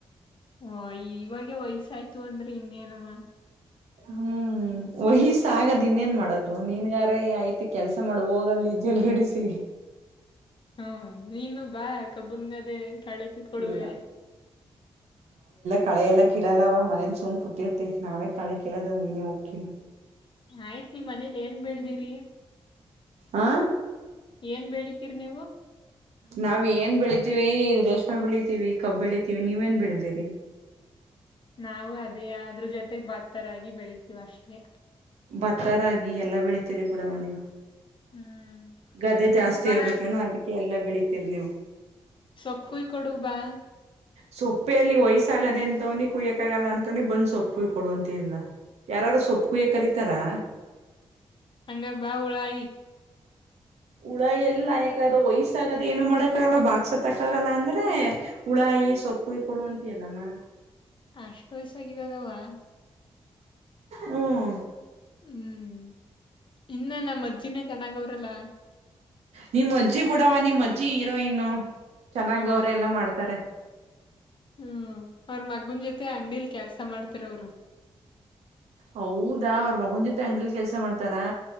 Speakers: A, on the left (about 50°); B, on the right (about 90°).
A: ಹ ಇವಾಗೆ ವಯ್ಸಾಯ್ತು ಅಂದ್ರೆ ಇನ್ನೇನಮ್ಮ
B: ಹ್ಮ್ ವಯ್ಸ ಆಗದ್ ಇನ್ನೇನ್ ಮಾಡೋದು ನೀನ್ಗಾರ ಐ್ತಿ ಕೆಲ್ಸ ಮಾಡ ಹೋಗಲ್ಲಿ ಜಲ್ಗಡಿಸಿ
A: ಹ್ಮ ನೀನು ಬಾ ಕಬ್ಬುನ್ಗದೇ ಕಾಳ ಕತ್ ಕೊಡುವೆ
B: ಇಲ್ಲ ಕಳೆಲ್ಲ ಕೀಳಲ್ಲವ ಮನೇಲಿ ಸುಮ್ ಕೂತಿಿರ್ತೀವಿ ನಾವೇ ಕಳೆ ಕಿಳದ ನೀನ ಹೋಗ್ ಕೀ
A: ಆಯ್ತ್ ಮನೇಲಿ ಏನ್ ಬೆಳ್ದಿರಿ
B: ಆ
A: ಏನ್ ಬೆಡಿತೀರಿ ನೀವು
B: ನಾವ್ ಏನ್ ಬೆಳಿತೀವಿ ರೇಷ್ಮೆ ಬೆಳಿತೀವಿ ಕಬ್ ಬೆಳಿತೀವಿ ನೀವ ಏನ್ ಬೆಳದಿರಿ
A: ನಾಾವವು ಅದೇ ಅ್ರ ಜೊತೆಗ್ ಭಕ್ತರಾಗಿ ಬೆಳತಿೀವಿ ಅಷ್ಟೇ
B: ಭತ್ತಾರಗಿ ಎಲ್ಲಾ ಬೆಳಿತೀರಿ ಬಿಡವ ನೀವು
A: ಹ್ಮ್
B: ಗದೆೆ
A: ಹೊಸಿ
B: ಜಾಸ್ತಿ
A: ಬಾ
B: ಇರ್ಬೇಕೇನೋ ಅದಕ್ಕೆ ಎಲ್ಲ ಬೆಳತಿೀರಿ ನೀವು
A: ಸಬು ಕೈ ಕೊಡುಬಾ
B: ಸೊಪ್ಪೆ ಅಲ್ಲಿ ವಯಸ್ಸಾಗದೆ ಅಂತವನಿ ಕುಯ್ಯಕಾಗಲ್ಲ ಅಂತವನಿ ಬಂದ್ ಸೊಪ್ಪು ಕೊಡುವಂತ ಇಲ್ಲ ಯಾರಾರು ಸೊಪ್ಪು ಕಯ ಕರೀತಾರಾ
A: ಅಂಗ ಬಾವುಳಾಯಿ
B: ಹುಳ ಎಲ್ಲ ಯಾಕ್ರ ವಯ್ಸ ಆಗದ ಏನು ಮಾಡಕ್ಕಾಗಲ್ಲ ಬಾಾಗಸತ್ತಕ್ಕ ಆಗಲ್ಲ ಅಂದ್ರೆ ಹುಳ ಕೈ ಸೊಪ್ಪ ಹ ಕೊಡುವಂತ ಅಲ್ಲಮ್ಮ
A: ಅಷ್ಟ್ ವಯಸ್ಾಗಿದ್ದದವಾ
B: ಹ್ಮ್
A: ಹ್ಮ್ ಇನ್ನ ನ ಅಜ್ಜಿನೇ ಚೆನ್ನಾಗ ಅವ್ರಲ್ಲ
B: ನಿಮ್ಮ್ ಅಜ್ಜಿ ಬಿಡವ ನಿಮ್ಮ್ ಅಜ್ಜಿ ಹೀರೋಯನು ಚೆನ್ನಾಗ
A: ಓಹೋ
B: ಅವ್ರೆ ಎಲ್ಲಾ ಮಾಡ್ತಾರೆ
A: ಹ್ಮ್ ಅವ್ರ ಮಗನ್ ಜೊತೆ ಅಂಗೀಲ್ ಕೆಲ್ಸ ಮಾಡ್ತಾರ ಅವರು
B: ಹೌದಾ ಅವ್ರ ಮಗನ ಜೊತೆ ಅಂಗಡಿಯಲಿ ಕೆಲ್ಸ ಮಾಡ್ತಾರಾ